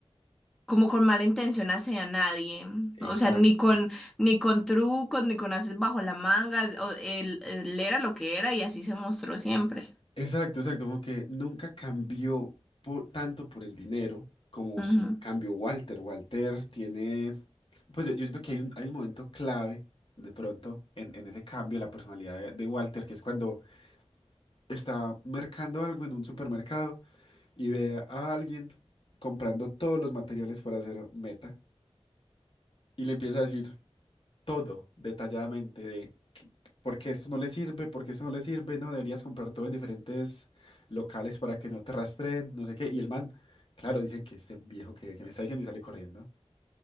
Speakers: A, in the centre; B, on the left.
A: como con mala intención hacia nadie.
B: Exacto.
A: O sea, ni con, ni con trucos, ni con haces bajo la manga. o- él, él era lo que era y así se mostró siempre.
B: Exacto, exacto, como que nunca cambió por, tanto por el dinero como
A: Ujú.
B: si cambió Walter. Walter tiene, pues yo, yo siento que hay un, hay un momento clave de pronto en, en ese cambio de la personalidad de, de Walter, que es cuando está mercando algo en un supermercado y ve a alguien comprando todos los materiales para hacer meta y le empieza a decir, todo detalladamente de qué- por qué esto no le sirve, por qué esto no le sirve, no deberías comprar todo en diferentes locales para que no te rastreen, no sé qué. Y el man, claro, dice que este viejo que, que me está diciendo y sale corriendo.